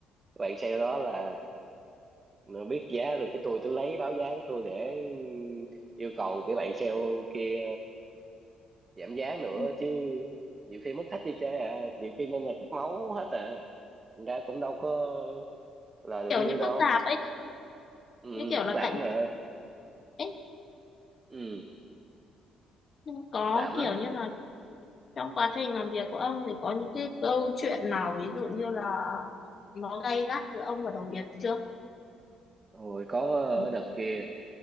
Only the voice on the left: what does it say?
Ừ,
kiểu
như
phức tạp ấy,
như kiểu
là
cạnh
tranh ấy.
Nhưng có
kiểu như là trong quá trình làm việc của ông thì có những cái câu chuyện nào ví dụ như là nó gay gắt giữa ông và đồng nghiệp chưa?
Ừ.